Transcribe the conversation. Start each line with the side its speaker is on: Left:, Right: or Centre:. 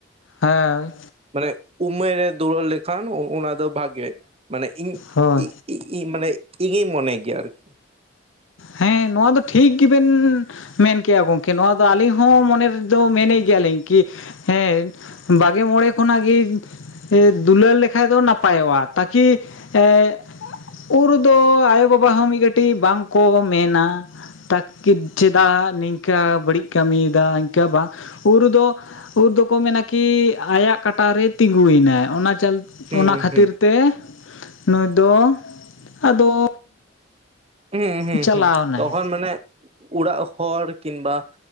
Left: ᱦᱮᱣᱭ
Right: ᱢᱟᱱᱮ ᱩᱢᱮᱨ ᱨᱮ ᱫᱩᱲᱟᱹᱲ ᱞᱮᱠᱷᱟᱱ ᱚᱱᱟ ᱫᱚ ᱵᱷᱟᱜᱮ ᱢᱟᱱᱮ ᱤᱧ
Left: ᱦᱳᱭ
Right: ᱤᱜ ᱤ ᱤ ᱢᱟᱱᱮ ᱤᱜᱤᱧ ᱢᱚᱱᱮ ᱜᱮᱭᱟ ᱟᱨᱠᱤ
Left: ᱦᱮᱸ ᱱᱚᱣᱟ ᱫᱚ ᱴᱷᱤᱠ ᱜᱮᱵᱮᱱ ᱢᱮᱱᱠᱮᱜᱼᱟ ᱜᱚᱝᱠᱮ ᱱᱚᱣᱟ ᱫᱚ ᱟᱹᱞᱤᱧ ᱦᱚᱸ ᱢᱚᱱᱮᱨ ᱫᱚ ᱢᱮᱱᱮᱜ ᱜᱮᱭᱟᱞᱤᱧ ᱠᱤ ᱦᱮᱸ ᱵᱟᱜᱮ ᱢᱚᱬᱮ ᱠᱷᱚᱱᱟᱜ ᱜᱮ ᱥᱮ ᱫᱩᱞᱟᱹᱲ ᱞᱮᱠᱷᱟᱡ ᱫᱚ ᱱᱟᱯᱟᱭᱚᱜᱼᱟ ᱛᱟᱠᱤ ᱮ ᱩᱨ ᱫᱚ ᱟᱭᱳ ᱵᱟᱵᱟ ᱦᱚᱸ ᱢᱤᱫ ᱠᱟᱹᱴᱤᱡᱽ ᱵᱟᱝᱠᱚ ᱢᱮᱱᱟ ᱴᱟ ᱠᱤᱴ ᱪᱮᱫᱟᱜ ᱱᱤᱝᱠᱟᱹ ᱵᱟᱹᱲᱤᱡᱽ ᱠᱟᱹᱢᱤᱭᱮᱫᱟᱧ ᱤᱱᱠᱟᱹ ᱵᱟᱝ ᱩᱨ ᱫᱚ ᱩᱨ ᱫᱚᱠᱚ ᱢᱮᱱᱟ ᱠᱤ ᱟᱭᱟᱜ ᱠᱟᱴᱟ ᱨᱮ ᱛᱤᱸᱜᱩ ᱭᱮᱱᱟᱭ ᱚᱱᱟ ᱪᱟᱞ
Right: ᱦᱩᱸ
Left: ᱚᱱᱟ ᱠᱷᱟᱹᱛᱤᱨ
Right: ᱦᱩᱸ
Left: ᱛᱮ ᱱᱩᱭ ᱫᱚ ᱟᱫᱚ
Right: ᱦᱩᱸ ᱦᱩᱸ
Left: ᱪᱟᱞᱟᱣᱱᱟᱭ
Right: ᱦᱩᱸ ᱛᱚᱠᱷᱚᱱ ᱢᱟᱱᱮ ᱚᱲᱟᱜ ᱦᱚᱲ ᱠᱤᱢᱵᱟ